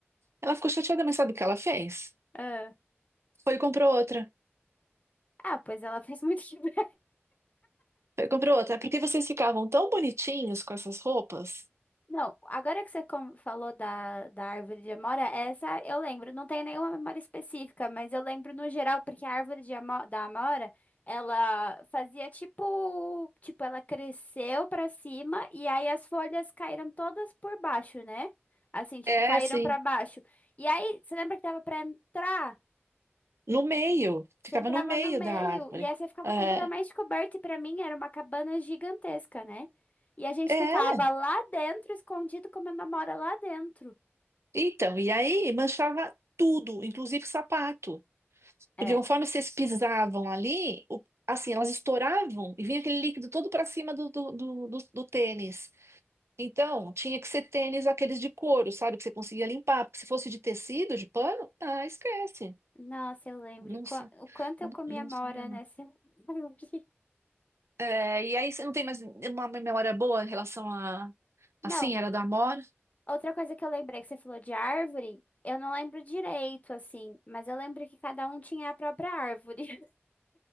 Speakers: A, on the right; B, on the left.
A: Ela ficou chateada, mas sabe o que ela fez?
B: Ah,
A: Foi e comprou outra.
B: ah, pois ela fez muito <laughs> que bem.
A: Comprou outra. É porque vocês ficavam tão bonitinhos com essas roupas?
B: Não, agora que você com- falou da, da árvore de amora, essa eu lembro. Não tem nenhuma memória específica, mas eu lembro no geral, porque a árvore de amo- da amora, ela fazia tipo, tipo, ela cresceu pra cima e aí as folhas caíram todas por baixo, né? Assim, tipo,
A: É,
B: caíram
A: sim.
B: pra baixo. E aí, você lembra que dava pra entrar?
A: No meio.
B: Você
A: Ficava
B: entrava
A: no meio
B: no meio
A: da árvore.
B: e aí você ficava
A: É.
B: completamente coberto. E pra mim era uma cabana gigantesca, né? E a gente
A: É.
B: ficava lá dentro, escondido, comendo amora lá dentro.
A: Então, e aí manchava tudo, inclusive sapato.
B: É.
A: Porque conforme vocês pisavam ali, o- assim, elas estouravam e vinha aquele líquido todo para cima do, do, do, do- do tênis. Então, tinha que ser tênis aqueles de couro, sabe? Que você conseguia limpar. Porque se fosse de tecido, de pano, ah, esquece.
B: Nossa, eu lembro.
A: Não
B: E qua-
A: sai,
B: O quanto
A: não,
B: eu comia
A: não
B: amora
A: sai
B: nessa <laughs> árvore.
A: É, e aí você não tem mais uma memória boa em relação a assim,
B: Não,
A: era da Amora?
B: outra coisa que eu lembrei que você falou de árvore, eu não lembro direito, assim, mas eu lembro que cada um tinha a própria árvore.